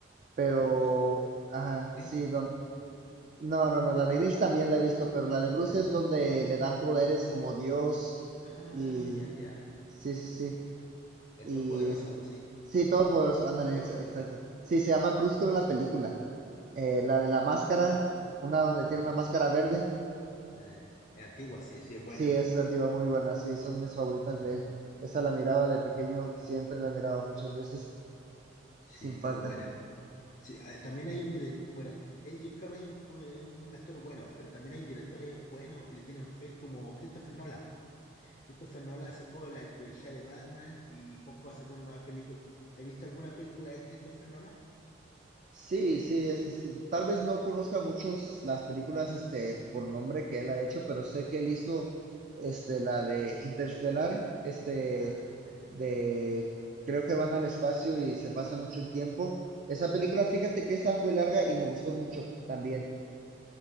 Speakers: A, on the right; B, on the left.
A: pero,
B: Bruce,
A: ajá,
B: eh, Grinch,
A: sí, don,
B: ¿no?
A: no, no, no,
B: ¿Ah?
A: la de Grinch también la he visto, pero la de Bruce
B: Eh.
A: es donde le dan poderes como Dios
B: Ah,
A: y,
B: ya, ya.
A: sí, sí, sí,
B: El
A: y
B: Todopoderoso, algo así.
A: Sí, todopoderoso, ándale,
B: Todopoderoso.
A: ex- exacto. Sí, se llama Bruce en la película. Eh, la de la máscara, una donde
B: Ah,
A: tiene
B: no.
A: una máscara verde.
B: Eh, es antigua, sí, sí, es buena.
A: Sí, esa es antigua, muy buena. Sí, son mis favoritas
B: Eh,
A: de él. Esa la miraba de pequeño, siempre la miraba muchas veces,
B: sí,
A: sin falta.
B: muy buena. Sí, eh, también hay un director, bueno, el Jim Carrey es un, eh, un actor bueno, pero también hay directores buenos que le tienen fe, como Christopher Nolan. Christopher Nolan sacó la trilogía de Batman y poco hace con una nueva película. ¿Has visto alguna película de Christopher Nolan?
A: Sí, sí, este, sí, tal vez no conozca muchos las películas este por nombre que él ha hecho, pero sé que él hizo este la de Interstellar,
B: Ten-
A: este
B: ah, tenés.
A: de
B: Mm.
A: creo que van al espacio y se pasa mucho el tiempo. Esa película, fíjate que esa fue larga y me gustó mucho también.